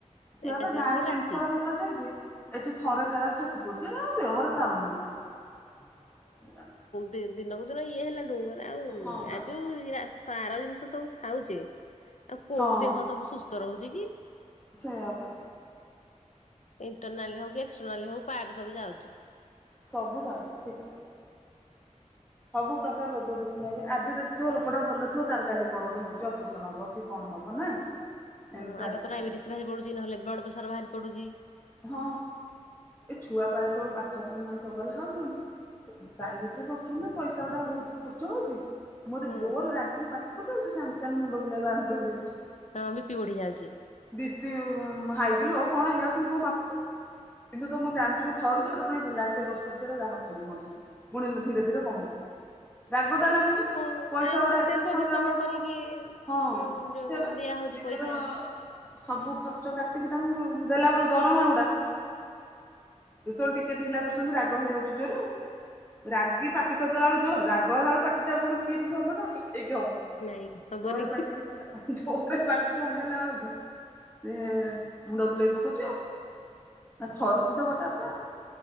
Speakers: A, on the left; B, on the left.
A: ସେଇଆ
B: ଏକାଥରେ
A: ପଳ ଗାଁରେ
B: ପୁଣି
A: ତିନି
B: ରାତି।
A: ଥର ଭା ତ ଖାଇଦିଏ, ଏଠି ଥରେ ଖାଇଲାକୁ ଛାତି ପଡୁଚି। ଏରା ଆଉ ଦେହରେ ଯାଉନି ମ। <inaudible>
B: ଦି- ଦିନକୁ ଦିନ ଇଏ ହେଲାଠୁ ଏରା ଆଉ
A: ହଁ ବା
B: ଆ ଯୋଉ ରାସ ସାର ଜିନିଷ ସବୁ ଖାଉଚେ ଆଉ କୋଉ
A: ହଁ
B: ଦେହ ସବୁ ସୁସ୍ଥ ରହୁଛି କି।
A: ସେଇଆ ପା।
B: ଇଣ୍ଟରନାଲି ହଉ ଏକ୍ସଟ୍ରାର୍ନାଲି ହଉ ପାର୍ଟ ସବୁ ଯାଉଛି।
A: ସବୁ ଯାଉଛି ଠିକ କଥା। ସବୁ ପ୍ରକାର ରୋଗ ଦେଖୁନ ଏବେ, ଆଜି ଦେଖଥିବ ଲୋକଟା ଭଲ ଥିବ ତାର କାଲି କଣ ଗୋଟେ ହଉଚି ଅପରେସନ୍ ହବ। କି କଣ ହବ ନା? ଏମିତି
B: ହଁ
A: ଚାଲିଛି
B: ଆଗ ତୁରା ଡାଇବେଟିସ୍
A: ପୁରା
B: ବାହାରି ପଡୁଚି, ନହେଲେ ବ୍ଲଡ୍ ପ୍ରେସର୍ ବାହାରି ପଡୁଚି।
A: ହଁ ଏ ଛୁଆ ପା ଯେତେବେଳେ ପାଠ ପଡୁ ନାହାଁନ୍ତି ଚଗଲା ହଉଛନ୍ତି ପ୍ରାଇଭେଟ୍ ରେ ପଡଛନ୍ତି ନା ପଇସା ଗୁଡା ବହୁତ ଖର୍ଚ୍ଚ ହଉଚି। ମୁଁ ଯଦି
B: ହଁ
A: ଜୋର ରାଗିକି ପାଟି କରିଦଉଛୁ ସାଙ୍ଗ ସାଙ୍ଗ ମୁଣ୍ଡ ବୁଲେଇବା ଆରମ୍ଭ ହେଇଯାଉଛି।
B: ହଁ ବି ପି ବଢି ଯାଉଛି।
A: ବି ପି ଉଁ, ହାଇ କି ଲୋ କଣ ହେଇଯାଉଛି ମୁଁ କଣ ମାପୁଚି। କିନ୍ତୁ ତ ମୁଁ ଜାଣୁଚି ମୋ ଥରୁଛି ହେଟୁ ପୁଣି ରିଲାକ୍ସ ହେଇ ବସି ପଡୁଛି ହେରା ଯାହା ହଉଛନ୍ତି ହୁଅନ୍ତୁ। ପୁଣି ମୁଁ ଧୀରେ ଧୀରେ କମୁଛି। ରାଗ ଟା ଲାଗୁଚୁ,
B: ହଁ
A: ପଇସା
B: ଆଉ
A: ଗୁଡା ଏତେ
B: ପରିଶ୍ରମ
A: ସାଇଲା ବେଳକୁ
B: କରିକି
A: ହଁ
B: ଉଁ ଯୋଉ
A: ସେୟା ବା
B: ଦିଆ ହଉଛି
A: ନି ଜର
B: ପଇସା
A: ସବୁ ଖର୍ଚ୍ଚ କାଟିକି ତାଙ୍କୁ ଦେଲା ବେଳୁ ଦରମା ଉଡା। ତ ଯେତେବେଳେ ଟିକେ ଢିଲା କରୁଛନ୍ତି ରାଗ ହେଇଯାଉଚୁ ଜୋର। ରାଗିକି ପାଟି କରିଦେଲା ବେଳୁ ଜୋର, ରାଗହେଲା ବେଳେ ପାଟି ଟା ଆଉ କଣ ଥିରିକି ହବ ନା <unintelligible> ହବ।
B: ନାଇଁ ହବନି।
A: ଜୋରେ ପାଟି ହେଇଗଲା, ଜୋରେ ପାଟି ଟା ହେଇଗଲା ବେଳକୁ ସେ ମୁଣ୍ଡ ବୁଲେଇ ପକଉଚି ଆଉ, ଆ, ଥରୁଚି ତ ଗୋଟା ପୁରା ଆଉ।